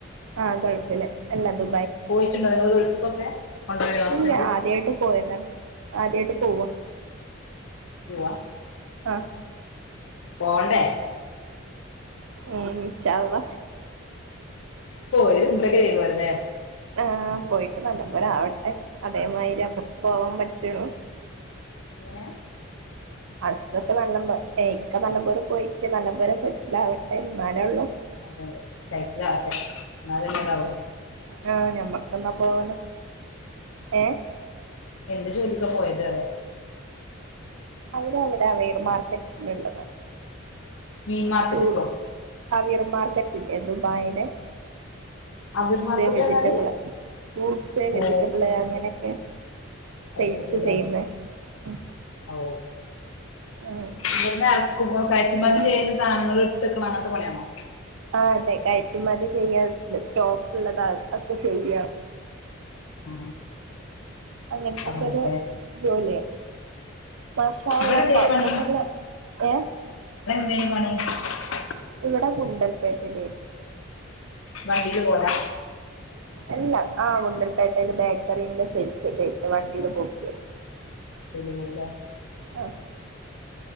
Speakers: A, on the right; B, on the left.
A: ആ ഗൾഫ്‌ല് അല്ലാ ദു
B: പോയിട്ട്ണ്ടോ നിങ്ങള് ഗൾഫ്‌ക്കൊക്കെ കൊണ്ടോയോ ഹസ്ബന്റ്
A: ഇല്ല ആദ്യായിട്ട് പോയതാ ആദ്യായിട്ട് പോവാ
B: <unintelligible>
A: അ
B: പോണ്ടേ
A: ഉം ഇൻഷാ അള്ളാ
B: പോഴാ ഒരു ഹുംമ്റയോക്കെ ചെയ്ത് പോരല്ലേ
A: ആ പോയിട്ട് നല്ല പോലെഴാവട്ടെ അതേ മായ്രി പോവാൻ പറ്റോ
B: എങ്ങനെ
A: <unintelligible> ഇക്ക നല്ലപോലെ പോയിട്ട് നല്ലപോലെ സെറ്റ്ല് ആവട്ടെ എന്നാലേ ഒള്ളു
B: അതെ അതെ കഴിച്ചിലാവട്ടെ എന്നാലന്നെ ഇതാവു
A: ആ ഞമ്മക്കന്നാ പോവാലോ ഏ
B: എന്ത് ജോലിക്കാ പോയത് അറിയോ?
A: അവര് അവിടെ വെയർ മാർക്കറ്റിനുള്ളതാണ്
B: മീൻ മാർക്കറ്റ്ക്കോ
A: ഓ അവിയർ മാർക്കറ്റ് ഇല്ലേ ദുബായില്
B: അവ്ര് മാർക്കറ്റ്ന്ന്
A: വെജിറ്റബിള്
B: പർഞാല്
A: ഫ്രൂട്ട്സ്
B: ഓ
A: വെജിറ്റബിള് അങ്ങനെയൊക്കെ
B: അതെ
A: സെയിൽസ്
B: അതെല്ലെ
A: ചെയ്യുന്നെ ഉം
B: ഓ
A: ആഹ്
B: ഇവട്ന്ന് എറക്കുബം കയറ്റുമതി ചെയ്യുന്ന സാധനങ്ങള് ഇട്ത്ത്ക്ണ അങ്ങനത്തെ പണിയാണോ
A: ആ അതെ കയറ്റുമതി ചെയ്യാം സ്റ്റോക്ക് ഉള്ളതാ ഒക്കെ ചെയ്യാണ്
B: ആ
A: അങ്ങൻത്തെക്കോരു
B: പണില്ലേ
A: ജോലിഴാണ് മാഷാ
B: ഇവിടെ
A: അള്ളാ
B: എന്തേലും
A: കൊഴപ്പൊന്നുല്ല
B: പണി
A: ഏ
B: <unintelligible>
A: വ്ടെ ഗുണ്ടൽപേട്ടില്
B: വണ്ടീല് പോലാ
A: എല്ലാ ആ കുണ്ടൽപേട്ടയില് ബേക്കറിന്റെ സെയിൽസ് ഒക്കേയിട്ട് വണ്ടീല് പോക്കേയിരുന്നു
B: <unintelligible>
A: അ